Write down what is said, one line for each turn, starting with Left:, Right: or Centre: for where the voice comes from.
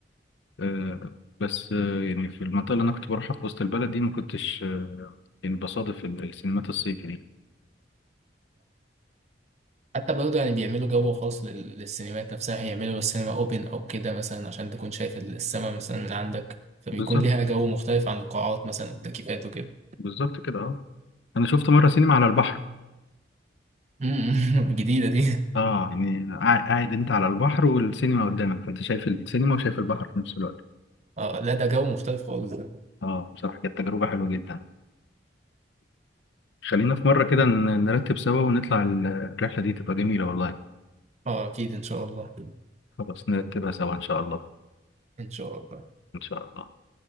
Left: آه، بس آه، يعني في المنطقه اللي انا كنت بروحها في وسط البلد دي ما كنتش آه، يعني بصادف ال- السينمات الصيفي دي
Right: حتى برضه يعني بيعملوا جو خاص لل- للسينمات نفسها هيعملوا السينما اوبن او كده مثلا عشان تكون شايف السما مثلا من عندك فبيكون
Left: بالظبط
Right: ليها جو مختلف عن القاعات مثلا والتكييفات وكده
Left: بالظبط كده اه انا شفت مره سينما على البحر
Right: أمم، <laughs> جديدة دي
Left: اه يعني قاع- قاعد انت على البحر والسينما قدامك فانت شايف السينما وشايف البحر في نفس الوقت
Right: اه لا ده جو مختلف خالص ده
Left: اه بصراحة كانت تجربة حلوة جدا خلينا في مرة كده ن- نرتب سوا ونطلع ال- الرحلة دي تبقى جميلة والله
Right: اه اكيد ان شاء الله
Left: خلاص نرتبها سوا ان شاء الله
Right: ان شاء الله
Left: ان شاء الله